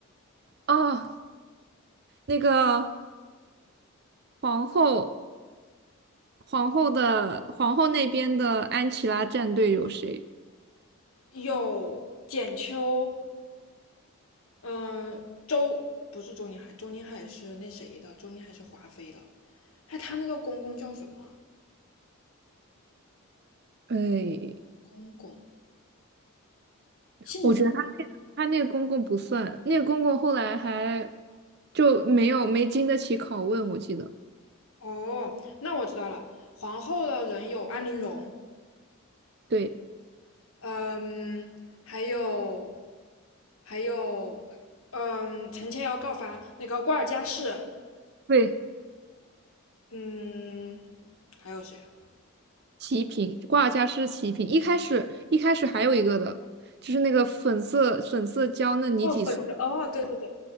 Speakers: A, on the right; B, on the left.
A: 哦，那个皇后。皇后的皇后那边的安琪拉战队有谁？
B: 有简秋，嗯、周不是周宁海，周宁海是那谁的，周宁海是华妃的，哎，她那个公公叫什么啊
A: 哎，
B: 公公姓什么？
A: 我觉得他他那个公公不算，那个公公后来还就没有没经得起拷问，我记得。
B: 哦，那我知道了。皇后的人有安陵容，
A: 对
B: 嗯，还有还有，嗯，陈千瑶告发那个瓜尔佳氏，
A: 对，
B: 嗯，还有谁啊？
A: 齐平挂架是齐平，一开始一开始还有一个的，就是那个粉色粉色娇嫩你几岁？
B: 哦，粉的，哦，对对对